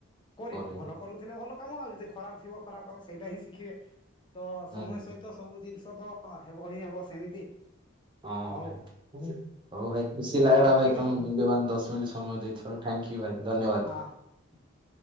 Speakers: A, on the left; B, on the right.
A: କରିବି।
B: କରିବୁ
A: ଭଲ କରୁଥିଲେ ଭଲ କାମ ଆଉ ଯଦି ଖରାପ ଥିବ ଖରାପ ଅବସ ସେଇଟା ହିଁ ଶିଖିବେ। ତ
B: ହୁଁ
A: ସମୟ ସହିତ ସବୁ ଜିନିଷ ତ ହେବ ହିଁ ହେବ ସେମିତି
B: ହଁ
A: ହଉ
B: ଭାଇ ଓ ଭାଇ ହଉ ଭାଇ ଖୁସି ଲାଗିଲା
A: ହଉ
B: ଭାଇ
A: ଠିକ୍
B: ତମେ
A: ଅଛି
B: ମୂଲ୍ୟବାନ ଦଶ ମିନିଟ ସମୟ ଦେଇଥିବାରୁ ଥ୍ୟାଙ୍କ ୟୁ ଭାଇ ଧନ୍ୟବାଦ।
A: ହଁ।
B: <inaudible>